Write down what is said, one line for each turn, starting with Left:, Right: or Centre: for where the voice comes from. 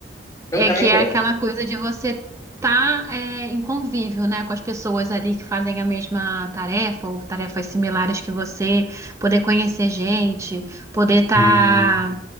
Left: eu
Right: É
Left: também
Right: que é aquela coisa de você estar em convívio, né, com as pessoas ali que fazem a mesma tarefa ou tarefas similares que você, poder conhecer gente, poder estar
Left: gosto.